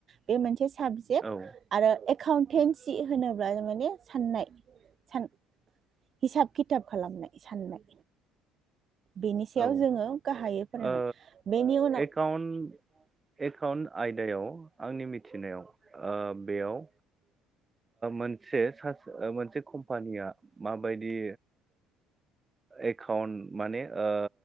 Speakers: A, on the right (about 40°); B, on the right (about 25°).
A: बे मोनसे साबजेक
B: औ
A: आरो एकाउन्टेन्सि होनोब्ला माने साननाय सान हिसाब खिथाब खालामनाय साननाय बेनि सायाव
B: औ
A: जोङो गाहायै फरायगोन
B: ओ
A: बेनि उनाव
B: एकान्ट एकाउन्ट आयदायाव आंनि मिथिनायाव ओ बेयाव मोनसे स मोनसे कम्पानिया माबायदि एकाउन्ट माने ओ